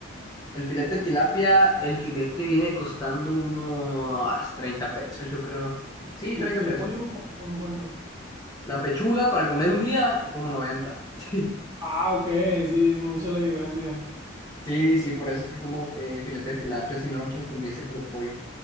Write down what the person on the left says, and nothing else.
El filete de tilapia, el filete viene costando unos 30 pesos, yo creo. Sí,
30
pesos.
La pechuga para comer un día, como 90. <laughs>
Sí, sí, por eso es que como eh, filete de tilapia, si no, pues ese puro pollo.